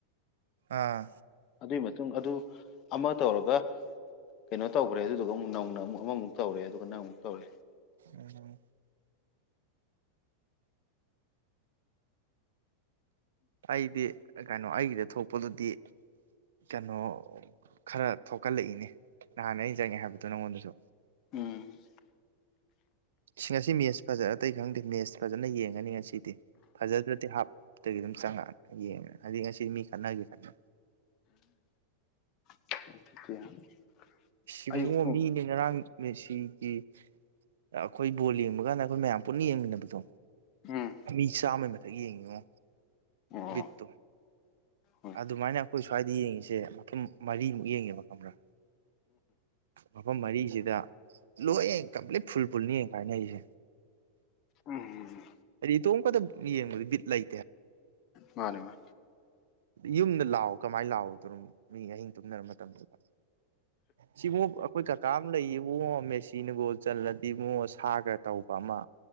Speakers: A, on the right (about 60°); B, on the left (about 35°).
A: ꯑꯥ
B: ꯑꯗꯨꯏꯒꯤ ꯃꯇꯨꯡ ꯑꯗꯨ ꯑꯃ ꯇꯧꯔꯒ ꯀꯩꯅꯣ ꯇꯧꯒ꯭ꯔꯦ ꯑꯗꯨꯗꯨꯒ ꯑꯃꯨꯛ ꯅꯧꯅ ꯑꯃꯨꯛ ꯑꯃꯃꯨꯛ ꯇꯧꯔꯦ ꯑꯗꯨꯒ ꯅꯪ ꯑꯃꯨꯛ ꯇꯧꯔꯛꯑꯦ
A: ꯎꯝ ꯑꯩꯗꯤ ꯀꯝꯀꯟ ꯅꯣ ꯑꯩꯒꯤꯗ ꯊꯣꯛꯄꯗꯨꯗꯤ ꯀꯥꯅꯣ ꯈꯔ ꯊꯣꯛꯀꯜꯂꯛꯏꯅꯦ ꯅꯍꯥꯟꯅ ꯑꯩꯅ ꯆꯪꯉꯦ ꯍꯥꯏꯕꯗꯣ ꯅꯪꯉꯣꯟꯗꯁꯨ
B: ꯎꯝ
A: ꯏꯁ ꯉꯁꯤ ꯃꯦꯠꯁ ꯐꯖꯔ ꯑꯇꯩ ꯈꯪꯗꯦ ꯃꯦꯠꯁ ꯐꯖꯅ ꯌꯦꯡꯉꯅꯤ ꯉꯁꯤ ꯐꯖꯗ꯭ꯔꯗꯤ ꯍꯥꯞ ꯀꯩꯒꯤ ꯑꯗꯨꯝ ꯆꯪꯉꯛꯑ ꯌꯦꯡꯉ ꯍꯥꯏꯕꯗꯤ ꯉꯁꯤꯗꯤ ꯃꯤ ꯈꯠꯅꯒꯦ ꯈꯠꯅ
B: <inaudible>
A: ꯁꯤꯃꯨꯣ
B: ꯑꯌꯨꯛ ꯄꯨꯡ
A: ꯃꯤꯅꯦ ꯉꯔꯥꯡꯅꯦꯁꯤ ꯁꯤꯒꯤ ꯑꯩꯈꯣꯏ ꯕꯣꯜ ꯌꯦꯡꯕ ꯀꯥꯟꯗ ꯑꯩꯈꯣꯏ ꯃꯌꯥꯝ ꯄꯨꯟꯅ ꯌꯦꯡꯃꯤꯟꯅꯕꯗꯣ
B: ꯎꯝ
A: ꯃꯤ ꯆꯥꯝꯃꯩ ꯃꯊꯛ ꯌꯦꯡꯉꯤꯉꯣ
B: ꯑꯣ
A: ꯕꯤꯠ ꯇꯤ
B: ꯍꯣꯏ
A: ꯑꯗꯨꯃꯥꯏꯅ ꯑꯩꯈꯣꯏ ꯁ꯭ꯋꯥꯏꯗ ꯌꯦꯡꯉꯤꯁꯦ ꯃ ꯃꯔꯤꯃꯨꯛ ꯌꯦꯡꯉꯦꯕ ꯀꯔꯥ ꯃꯐꯝ ꯃꯔꯤ ꯁꯤꯗ ꯂꯣꯏ ꯀꯝꯄ꯭ꯂꯤꯠ ꯐꯨꯜ ꯐꯨꯜꯅꯤ ꯌꯦꯡ ꯀꯥꯏꯅ ꯑꯩꯁꯦ
B: ꯎꯝ
A: ꯑ ꯇꯣ ꯀ ꯌꯦꯡ ꯂꯥꯏ
B: ꯃꯥꯅꯦ ꯃꯥ
A: ꯌꯨꯝꯗ ꯂꯥꯛꯑꯣ ꯀꯃꯥꯏꯅ ꯂꯥꯛꯑꯣ ꯇ ꯃꯤ ꯑꯍꯤꯡ ꯇꯨꯝꯅꯔ ꯃꯇꯝꯗꯨꯗ ꯁꯤꯕꯨ ꯑꯩꯈꯣꯏ ꯀꯀꯥ ꯑꯃ ꯂꯩꯌꯦ ꯃ ꯑꯃ ꯃ ꯁꯤꯤꯅꯒꯣꯜ ꯆꯜꯂꯗꯤ ꯃꯉꯣ ꯁꯥꯒ ꯇꯧꯕ ꯑꯃ